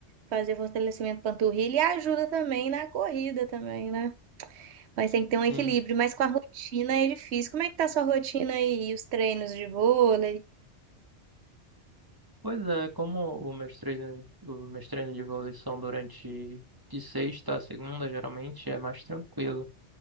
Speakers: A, on the right; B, on the right.
A: fazer fortalecimento panturrilha e ajuda também na corrida também, né? Mas tem que ter um equilíbrio,
B: Sim.
A: mas com a rotina é difícil. Como é que tá a sua rotina aí? E os treinos de vôlei?
B: Pois é, como os meus treinos, os meus treinos de vôlei são durante de sexta a segunda, geralmente é mais tranquilo,